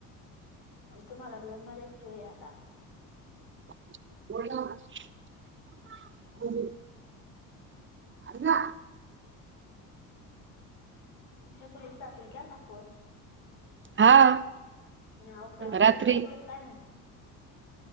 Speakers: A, on the left; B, on the right.
A: आण तुम्हाला भिऊन सोय आता
B: <unintelligible> अण्णा!
A: छकुलीचा सासूला केलता का फोन?
B: हा!
A: हाव का ब
B: रात्री
A: हिची तब्जत काय म्हणती?